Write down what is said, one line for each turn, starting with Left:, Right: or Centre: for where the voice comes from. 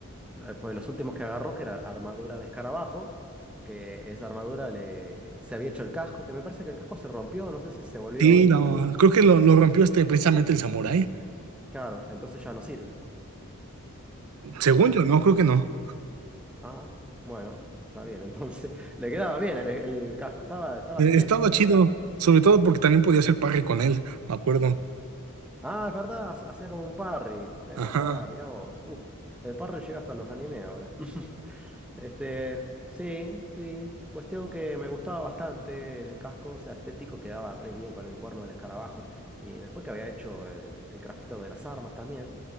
Centre: Después, los últimos que agarró, que era armadura de escarabajo, que esa armadura le... se había hecho el casco, que me parece que el casco se rompió, no sé si se volvió
Right: Sí,
Centre: inútil.
Right: no,
Centre: un-
Right: creo que lo, lo rompió este precisamente el samurái.
Centre: Claro, entonces ya no sirve,
Right: Según
Centre: ¿no?
Right: yo, no, creo que no.
Centre: Ah, bueno, está bien. Entonces, <laughs> le quedaba bien el, el casco, estaba, estaba
Right: Eh,
Centre: estético,
Right: estaba chido,
Centre: o sea.
Right: sobre todo porque también podía hacer parry con él, me acuerdo.
Centre: Ah, es verdad, hacía como un parry, es
Right: Ajá.
Centre: verdad, mirá vos. Uf, el parry llega hasta los animes ahora. <laughs> Este, sí, sí. Cuestión que me gustaba bastante el casco, o sea, estético quedaba re bien con el cuerno del escarabajo. Y después que había hecho el, el crafteo de las armas también,